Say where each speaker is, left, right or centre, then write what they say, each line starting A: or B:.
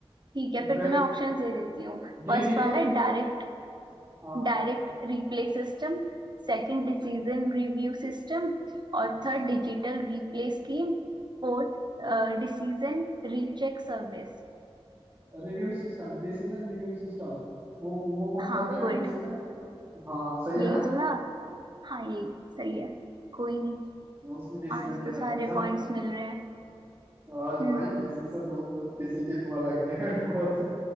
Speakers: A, on the right; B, on the right.
A: ठीक
B: <laughs>
A: है फिर तो मैं ऑप्शंस दे देती हूँ
B: डी
A: फर्स्ट
B: डी
A: वाला
B: का
A: है direct
B: हाँ
A: direct replay system Second decision review system और
B: अच्छा
A: third digital replay scheme Fourth decision recheck service
B: Review system decision review system वो वो कौन
A: हाँ
B: सा था
A: गुड
B: डिसीजन हाँ सही है
A: यही
B: ना
A: तो था हाँ यही सही है कोई नहीं
B: उसमें डिसीजन
A: आज
B: लिया
A: तो
B: जाता
A: सारे
B: है चलो
A: पॉइंट्स मिल रहे हैं
B: आज भाई
A: हम्म
B: किसी से दो, दो किसी की दुआ लगी है <laughs> बहुत